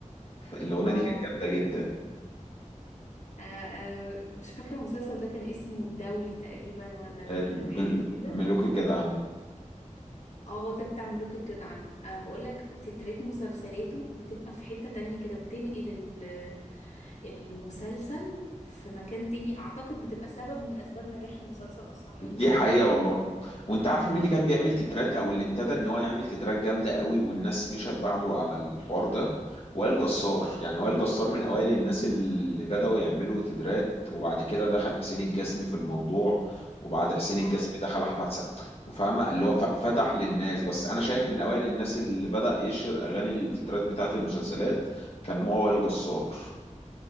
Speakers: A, on the left (about 50°); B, on the left (about 65°).
A: الاغنيه
B: اه
A: دي كانت جامده جدا
B: آه، آه، مش فاكرة المسلسل ده كان اسمه الدولي تقريبا ولا ال-
A: آه،
B: حاجة
A: مل-
B: كده
A: ملوك الجدعان
B: اه ده بتاع ملوك الجدعنة أه بقول لك تترات مسلسلاته بتبقى في حتة تانية كده بتنقل ال- المسلسل في مكان تاني اعتقد بتبقى سبب من اسباب نجاح المسلسل اصلا
A: دي
B: التتر
A: حقيقة
B: اللي بيعمله
A: والله وانت عارفة مين اللي كان بيعمل تترات او اللي ابتدى ان هو يعمل تترات جامدة قوي والناس مشت بعده على الحوار ده وائل جسار يعني وائل جسار من اوائل الناس اللي بدأوا يعملوا تترات وبعد كده دخل حسين الجسمي في الموضوع وبعد حسين الجسمي
B: اه
A: دخل احمد سعد وفاهمة اللي هو ف- فتح للناس بس انا شايف من اوائل الناس اللي بدأ يشهر اغاني التترات بتاعت المسلسلات كان هو وائل جسار